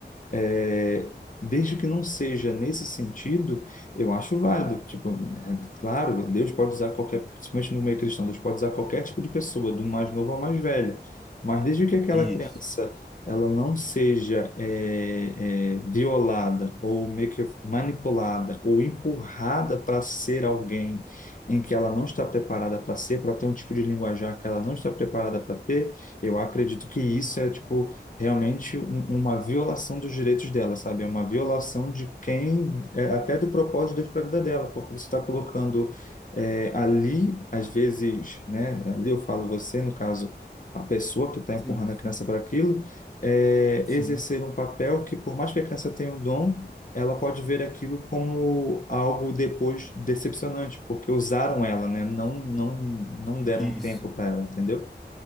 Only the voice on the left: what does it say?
É, desde que não seja nesse sentido, eu acho válido. Tipo, né, claro, Deus pode usar qualquer, principalmente no meio cristão, Deus pode usar qualquer tipo de pessoa, do mais novo ao mais velho. Mas desde que aquela
criança ela não seja é, é, violada ou meio que manipulada ou empurrada para ser alguém em que ela não está preparada para ser, para ter um tipo de linguajar que ela não está preparada para ter, eu acredito que isso é tipo realmente um- uma violação dos direitos dela, sabe? É uma violação de quem, é, até do propósito de Deus para a vida dela, porque você está colocando é, ali, às vezes, né? Ali eu falo você, no caso, a pessoa que está empurrando
a criança para aquilo, é,
exercer um papel que, por mais que a criança tenha um dom, ela pode ver aquilo como algo depois decepcionante, porque usaram ela, né? Não, não, não deram
tempo para ela, entendeu?